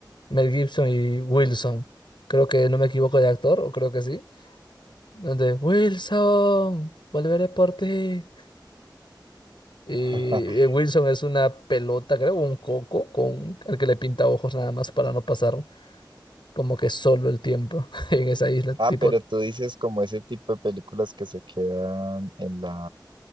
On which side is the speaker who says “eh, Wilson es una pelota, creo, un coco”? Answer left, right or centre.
Left